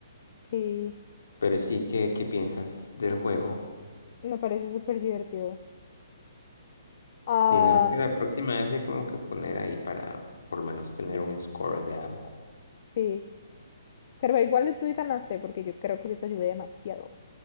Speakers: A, on the left; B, on the left.
A: sí,
B: Pero sí, ¿qué, qué piensas del juego?
A: me parece súper divertido. Ah,
B: Si no es que la próxima vez hay como que poner ahí para por lo menos tener un score de algo.
A: sí. Pero igual tú ganaste porque yo creo que yo te ayudé demasiado.